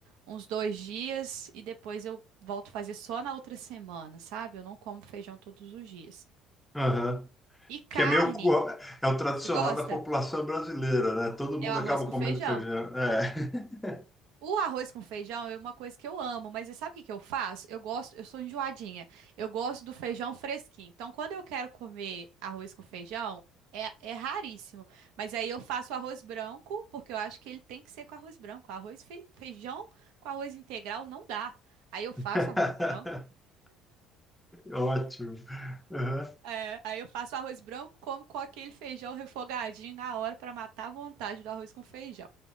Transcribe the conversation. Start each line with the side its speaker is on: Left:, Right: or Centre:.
Right: uns dois dias e depois eu volto a fazer só na outra semana, sabe? Eu não como feijão todos os dias.
Centre: Aham.
Right: E carne,
Centre: Que é meio... co- É o tradicional
Right: você gosta?
Centre: da população brasileira, né? Todo mundo
Right: É o arroz
Centre: acaba
Right: com
Centre: comendo
Right: feijão.
Centre: feijão. É.
Right: O arroz com feijão é uma coisa que eu amo, mas você sabe o que que eu faço? Eu gosto, eu sou enjoadinha. Eu gosto do feijão fresquinho. Então, quando eu quero comer arroz com feijão, é, é raríssimo. Mas aí eu faço arroz branco, porque eu acho que ele tem que ser com arroz branco. Arroz fe- feijão com arroz integral não dá. Aí eu faço
Centre: <laughs>
Right: arroz branco.
Centre: Ótimo. Aham.
Right: é, aí eu faço arroz branco como com aquele feijão refogadinho na hora para matar a vontade do arroz com feijão.